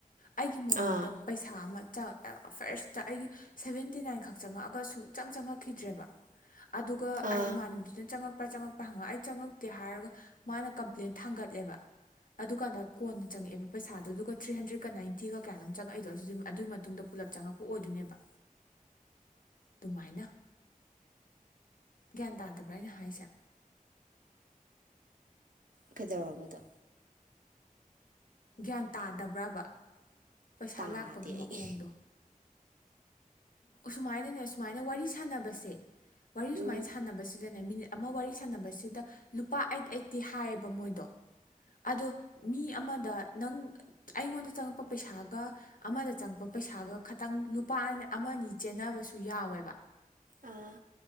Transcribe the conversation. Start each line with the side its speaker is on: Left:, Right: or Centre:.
Left: ꯑꯩꯒꯤ ꯃꯃꯥꯡꯗ
Right: ꯑꯥ
Left: ꯄꯩꯁꯥ ꯑꯃ ꯆꯪ ꯐꯔꯁꯇ ꯑꯩꯒꯤ ꯁꯚꯦꯟꯇꯤ ꯅꯥꯏꯟ ꯈꯛ ꯆꯪꯉꯛꯑꯒ ꯁꯨꯡꯆꯪ ꯆꯪꯉꯛꯈꯤꯗ꯭ꯔꯦꯕ ꯑꯗꯨꯒ
Right: ꯑꯥ
Left: ꯑꯩ ꯏꯃꯥꯟꯅꯕꯤꯅ ꯆꯪꯉꯛ ꯆꯪꯉꯛꯄ꯭ꯔ ꯍꯪꯉꯛꯑ ꯑꯩ ꯆꯪꯉꯛꯇꯦ ꯍꯥꯏꯔꯒ ꯃꯥꯅ ꯀꯝꯄ꯭ꯂꯦꯟ ꯊꯥꯡꯒꯠꯂꯦꯕ ꯑꯗꯨꯀꯥꯟꯗ ꯀꯣꯟ ꯆꯪꯉꯛꯑꯦꯕ ꯄꯩꯁꯥꯗꯣ ꯑꯗꯨꯒ ꯊ꯭ꯔꯤ ꯍꯟꯗ꯭ꯔꯦꯗꯀ ꯅꯥꯏꯟꯇꯤꯒ ꯀꯌꯥꯅꯣꯝ ꯆꯪꯉꯛꯏꯗꯣ ꯑꯗꯨ ꯑꯗꯨꯒꯤ ꯃꯇꯨꯡꯗ ꯄꯨꯂꯞ ꯆꯪꯉꯛꯄ ꯑꯣꯏꯗꯣꯏꯅꯦꯕ ꯑꯗꯨꯃꯥꯏꯅ ꯒ꯭ꯌꯥꯟ ꯇꯥꯗꯕ꯭ꯔꯥ ꯑꯩꯅ ꯍꯥꯏꯁꯦ
Right: ꯀꯩꯗꯧꯔꯕꯗꯣ
Left: ꯒ꯭ꯌꯥꯟ ꯇꯥꯗꯕ꯭ꯔꯕ ꯄꯩꯁꯥ
Right: ꯇꯥꯗꯦ
Left: ꯂꯥꯛꯄꯒꯤ ꯃꯑꯣꯡꯗꯣ
Right: ꯑꯩ
Left: ꯁꯨꯃꯥꯏꯅꯅꯦ ꯁꯨꯃꯥꯏꯅ ꯋꯥꯔꯤ ꯁꯥꯟꯅꯕꯁꯦ ꯋꯥꯔꯤ ꯁꯨꯃꯥꯏꯅ
Right: ꯎꯝ
Left: ꯁꯥꯟꯅꯕꯁꯤꯗꯅꯦ ꯃꯤꯅꯤꯠ ꯑꯃ ꯋꯥꯔꯤ ꯁꯥꯟꯅꯕꯁꯤꯗ ꯂꯨꯄꯥ ꯑꯩꯠ ꯑꯩꯠꯇꯤ ꯍꯥꯏꯌꯦꯕ ꯃꯣꯏꯗꯣ ꯑꯗꯣ ꯃꯤ ꯑꯃꯗ ꯅꯪ ꯑꯩꯉꯣꯟꯗ ꯆꯪꯉꯛꯄ ꯄꯩꯁꯥꯒ ꯑꯃꯗ ꯆꯪꯉꯛꯄ ꯄꯩꯁꯥꯒ ꯈꯇꯪ ꯂꯨ ꯄꯥꯥꯟ ꯑꯃꯅꯤ ꯆꯦꯟꯅꯕꯁꯨ ꯌꯥꯎꯋꯦꯕ
Right: ꯑꯥ